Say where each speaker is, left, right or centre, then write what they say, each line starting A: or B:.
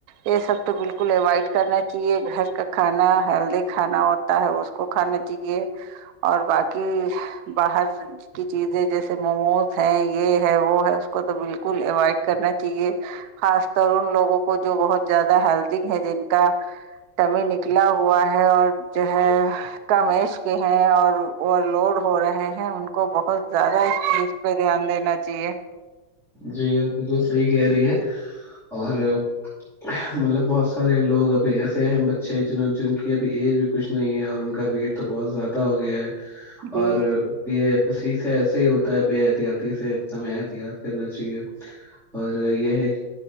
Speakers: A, on the right; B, in the centre.
A: یہ سب تو بالکل اوائڈ کرنا چاہیے گھر کا کھانا ہیلدی کھانا ہوتا ہے اس کو کھانا چاہیے اور باقی باہر کی چیزیں جیسے موموز ہیں یہ ہے وہ ہے اس کو تو بالکل اوائڈ کرنا چاہیے خاص طر ان لوگوں کو جو بہت زیادہ ہیلدی ہے جن کا تمی نکلا ہوا ہے اور جو ہے کم ہیں اور اوور لوڈ ہو رہے ہیں ہیں ان کو بہت زیادہ اس چیز پہ دھیان دینا چی ہے
B: جی آپ بالکل صحیح کہہ رہی ہیں اور مطلب بہت سارے لوگ ابھی ایسے اہم بچے ہیں جنوں جن کی ابھی ایج بھی کچھ نہیں ہے اور ان کا بھییٹ تو بہت زیادہ ہو گیا ہے
A: جی
B: اور یہ اسی سے ایسے ہی ہوتا ہے بے احتیاطی سے ہم یاد کرنا چاہیے اور یہ ہے